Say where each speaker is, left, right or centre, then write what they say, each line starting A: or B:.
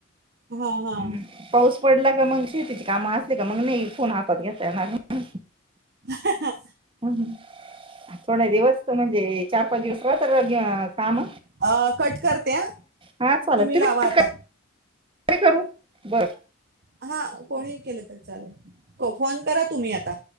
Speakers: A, on the right; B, on the right.
A: हा हा
B: हम् पाऊस पडला का मग शेतीची काम मग नाही फोन हातात घेतता येणार
A: हाहाहा
B: हम् हम् थोड दिवस त म्हणजे चार पाच दिवसला तर काम
A: हा कट करते हा
B: हा चालेल तुम्ही
A: लावा आता
B: कट करू बर.
A: हा कोणी केलं तर चालेल फोन करा तुम्ही आता